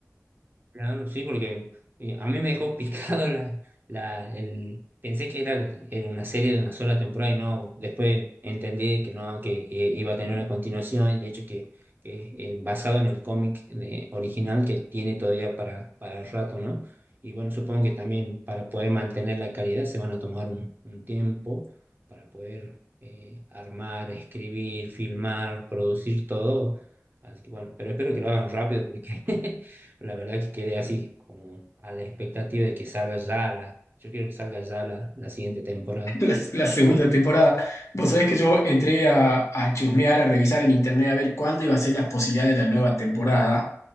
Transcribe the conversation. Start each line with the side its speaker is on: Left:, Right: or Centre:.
Right: Claro, sí, porque eh, a mí me dejó <laughs> picado la, la, el, pensé que era, era una serie de una sola temporada y no, después entendí que no, que eh, iba a tener una continuación y de hecho que, que eh, basado en el cómic eh, original que tiene todavía para, para rato, ¿no? Y bueno, supongo que también para poder mantener la calidad se van a tomar un, un tiempo para poder eh, armar, escribir, filmar, producir todo. Así que bueno, pero espero que lo hagan rápido porque <laughs> La verdad que quedé así, como a la expectativa de que salga ya la, yo quiero que salga ya la, la siguiente temporada.
Left: <laughs> La, la segunda temporada. Vos sabés que yo entré a, a chusmear, a revisar en internet a ver cuándo iba a ser las posibilidades de la nueva temporada.